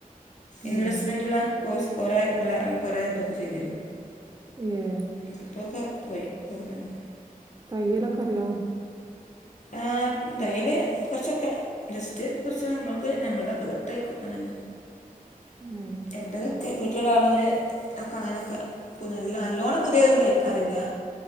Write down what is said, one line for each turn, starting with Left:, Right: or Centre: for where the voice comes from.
Left: ഇൻവെസ്റ്റ്മെന്റ്ള്ള
Right: ഏഹ്
Left: കോഴ്സ് കൊറേ എല്ല കൊറേ ഇതൊക്കെ ചെയ്തിരുന്നു.
Right: ഏഹ്
Left: ഇപ്പൊക്കെ പോയി <unintelligible>
Right: തയ്യലൊക്കെ അറിയോ
Left: ആഹ് ടൈല് കൊർച്ചൊക്കെ ജസ്റ്റ് കൊർച്ച് നമ്മൾക്ക് നമ്മൾതൊക്കെ <unintelligible> അതന്നെ
Right: ഏഹ്
Left: എൻ്റെതൊക്കെ വീട്ടിൽ ഇടാൻള്ളത് ഒക്കെ അങ്ങനൊക്കെ പ്പ നല്ല നല്ലോണം പുതിയതൊന്നും തഴിക്കാറില്ലാ